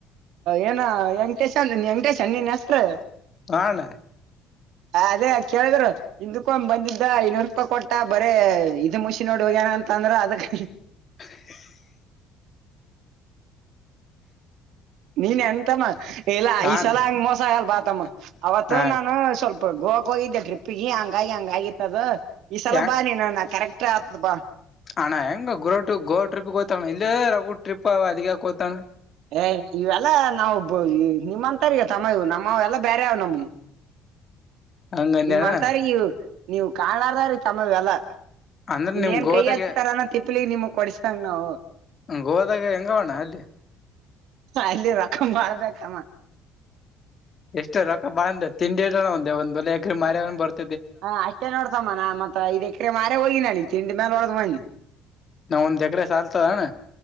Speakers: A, on the right; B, on the left.
A: ಏನ ವೆಂಟೇಶ್ ಅಂದ ವಂಟೇಶನ್ ನೀನ್ ಹೆಸರು?
B: ಹಾಣ್ಣ.
A: ಹ ಅದೇ ಕೇಳಿದ್ರ್. ಹಿಂದಕ್ಕೊ ಒಂದ್ ಬಂದಿದ್ದ ಐನೂರು ರೂಪಾಯಿ ಕೊಟ್ಟ ಬರೇ ಇದದು ಮುಷಿನ್ ನೋಡ ಹೋಗ ನ ಅಂತ ಅಂದ್ರ ಅದಕ್
B: <inaudible>
A: ನೀನ್ ಎಂತಮ್ಮ ಇಲ್ಲ
B: ಹ
A: ಈ
B: ಅಣ್ಣ
A: ಸಲ ಹಂಗ ಮೋಸ ಆಗಲ್ ಬಾತಮ್ಮ ಅವತ್ತು
B: ಹ
A: ನಾನು ಸ್ವಲ್ಪ ಗೋವಾ ಹೋಗಿದ್ದೆ ಟ್ರಿಪ್ ಹಂಗಾಗಿ ಹಂಗಗಿತ್ತದ ಈ ಸಲ
B: ಹೆಂಗ
A: ಬಾ ನೀ ಕರೆಕ್ಟ್ ಆತದ ಬಾ.
B: ಅಣ್ಣ ಹೆಂಗ ಗೋವ ಟ್ರಿಪ್ ಗೋವ ಟ್ರಿಪ್ಗೋ ತಣ್ಣ. ಇಲ್ಲೇ ರಗಡ ಟ್ರಿಪ್ ಅವ ಅಲ್ಲಿಗೆಯಾಕೋತಣ.
A: ಏ ಇವೆಲ್ಲಾ ನಾವು ನಿಮ್ಮಂತರಿಗೆತಮ್ಮ ಇದ ನಮ್ಮ ಎಲ್ಲಾ ಬೇರೆ ಅವ್ ನಮ್ಮವು
B: ಹಂಗಂದೇನ
A: ನಿಮ್ಂತರಿ ನೀವ್ ಕಾಣಲಾರ್ದ್ರವರಿಗಿ ತಮ್ಮ ಎಲ್ಲಾ.
B: ಅಂದ್ರ ನಿಮ್
A: ಏನ್
B: ಗೋದಾಗ
A: ಕೈ ಹಚ್ತಾರನ ತಿಪ್ಪಲಿಗ್ ನಿಮಗ್ ಕೊಡಸಿದಂಗ ನಾವು
B: ಹ ಗೋವದಾಗ ಹೆಂಗಾವಣ್ಣ ಅಲ್ಲಿ
A: ಅಲ್ಲಿ ರಕಮ್ ಬಾಳ್ ಬಮ್ಮ <unintelligible>
B: ಎಷ್ಟು ರೊಕ್ಕ ಬಾಂದ ತಿಂಡಿ <unintelligible> ಒಂದೆ ಒಂದ್ಲೆ ಎಕ್ರ ಮಾರ್ಯ ಬರ್ತ
A: ಹಾ, ಅಷ್ಟೇ ನೋಡ್ತಮ್ಮಾ ಮತ್ತ ಐದ ಎಕ್ರೆ ಮಾರೆ ಹೋಗಿ ನ ಅಲ್ಲಿಗ್ ತಿಂಡ ಮೇಲೆ ನೋಡ ಮ
B: ನಾವಗ ಒಂದ್ ಎಕರೆ ಸಾಲ್ತದಣ್ಣ